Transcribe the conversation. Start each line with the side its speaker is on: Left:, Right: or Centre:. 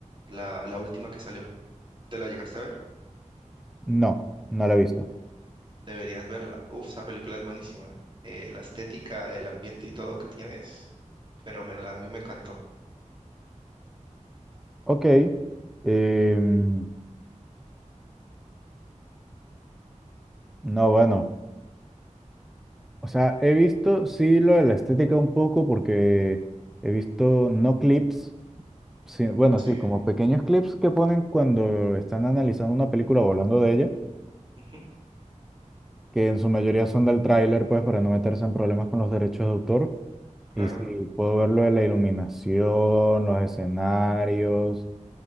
Right: la, la última que salió. ¿Te la llegaste a ver?
Centre: No, no la he visto.
Right: Deberías verla. Uf, esa película es buenísima. Eh, la estética, el ambiente y todo que tiene es fenomenal. A mí me encantó.
Centre: Ok. em, no, bueno. O sea, he visto, sí, lo de la estética un poco porque he visto no clips, sí, bueno,
Right: Sí,
Centre: sí, como pequeños clips que ponen cuando están analizando una película o hablando de ella.
Right: ujú,
Centre: que en su mayoría son del tráiler, pues para no meterse en problemas con los derechos de autor.
Right: claro.
Centre: Y sí, puedo ver lo de la iluminación, los escenarios